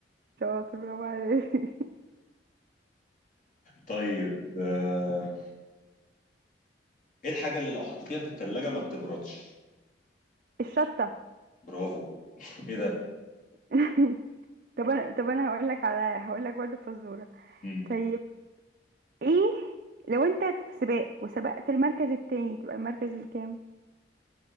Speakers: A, on the right (about 50°); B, on the left (about 45°).
A: شاطر برافو عليك
B: طيب آه ايه الحاجة اللي لو حطيتيها في التلاجة ما بتبردش
A: <laughs> الشطة
B: برافو ايه ده
A: <laughs> طب انا طب انا هقول لك على هقول لك برضه فزوره
B: مم.
A: طيب ايه لو انت في سباق وسبقت المركز التاني تبقى المركز الكام